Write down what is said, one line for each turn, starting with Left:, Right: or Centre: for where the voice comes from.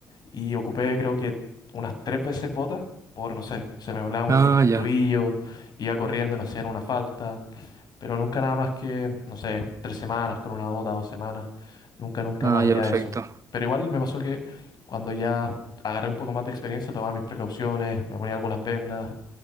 Left: y ocupé creo que unas tres veces botas por, no sé, se me doblaba muy
Right: Ah,
Left: fuerte
Right: ya.
Left: el tobillo, iba corriendo y me hacían una falta, pero nunca nada más que, no sé, tres semanas con una bota, dos semanas, nunca, nunca
Right: Ah,
Left: más allá
Right: ya, perfecto.
Left: de eso. Pero igual me pasó que cuando ya agarré un poco más de experiencia, tomaba mis precauciones, me ponía algunas vendas